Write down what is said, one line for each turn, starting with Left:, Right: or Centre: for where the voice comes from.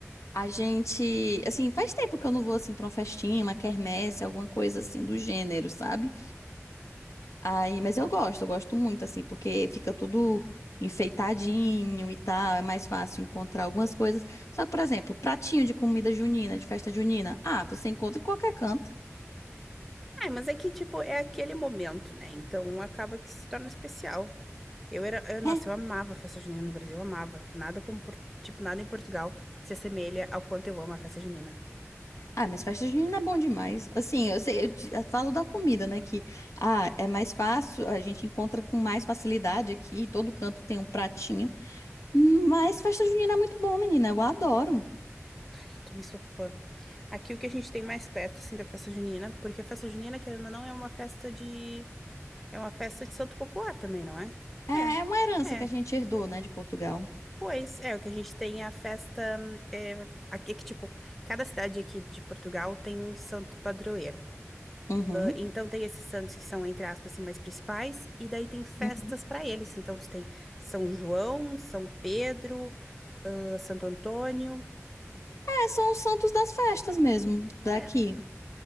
Left: a gente. Assim, faz tempo que eu não vou assim pra uma festinha, uma quermesse, alguma coisa assim do gênero, sabe? Aí, mas eu gosto, eu gosto muito, assim, porque fica tudo enfeitadinho e tal, é mais fácil encontrar algumas coisas. Só que, por exemplo, pratinho de comida junina, de festa junina. Ah, você encontra em qualquer canto.
Centre: Ah, mas é que, tipo, é aquele momento, né? Então acaba que se torna especial. Eu era, eu, nossa,
Left: É.
Centre: eu amava a festa junina no Brasil, eu amava. Nada como, por- tipo, nada em Portugal se assemelha ao quanto eu amo a festa junina.
Left: Ah, mas festa junina é bom demais. Assim, eu sei, eu, di- eu falo da comida, né? Que, ah, é mais fácil, a gente encontra com mais facilidade aqui, todo canto tem um pratinho. Mas festa junina é muito bom, menina, eu adoro.
Centre: Ai, eu também sou fã. Aqui o que a gente tem mais perto, assim, da festa junina, porque a festa junina, querendo ou não, é uma festa de... É uma festa de santo popular também, não é?
Left: É, é uma herança
Centre: É, é.
Left: que a gente herdou, né, de Portugal.
Centre: Pois, é, o que a gente tem é a festa... hum, É, aqui, é que, tipo, cada cidade aqui de Portugal tem um santo padroeiro.
Left: Uhum.
Centre: Então tem esses santos que são, entre aspas, assim, mais principais, e daí tem festas
Left: uhum.
Centre: para eles. Então tu tem São João, São Pedro, ah, Santo Antônio.
Left: É, são os santos das festas mesmo, daqui.
Centre: É.